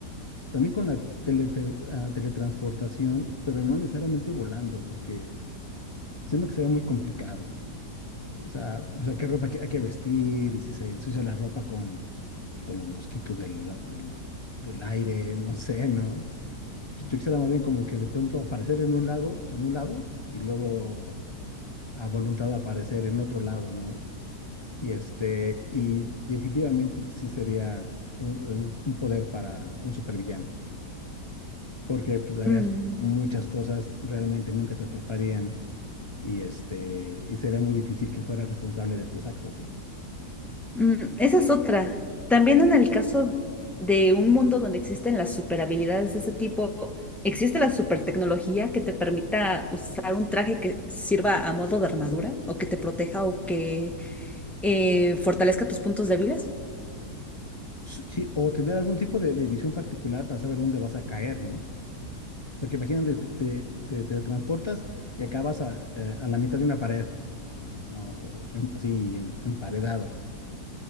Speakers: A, on the left (about 35°); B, in the centre.
A: también con la teleter- ah, teletransportación, pero no necesariamente volando, porque siento que sería muy complicado. O sea, o sea, qué ropa hay que hay que vestir y si se ensucia la ropa con, pues, con los mosquitos del, del, del aire, no sé, ¿no? Yo, yo quisiera más bien como que de pronto aparecer en un lago, en un lado, y luego a, a voluntad aparecer en otro lado, ¿no? Y este, y definitivamente sí sería un, un- un poder para un supervillano, porque pues harías
B: Mm.
A: muchas cosas, realmente nunca te atraparían, y este, y sería muy difícil que fueras responsable de tus actos, ¿no?
B: Mm, esa es otra. También en el caso de un mundo donde existen las superhabilidades de ese tipo, ¿existe la supertecnología que te permita usar un traje que sirva a modo de armadura o que te proteja o que eh, fortalezca tus puntos débiles?
A: Sí, sí, o tener algún tipo de, de visión particular para saber dónde vas a caer, ¿no? Porque imagínate, te, te- te teletransportas y acabas a, eh, a la mitad de una pared, ¿no? O en- así em- emparedado.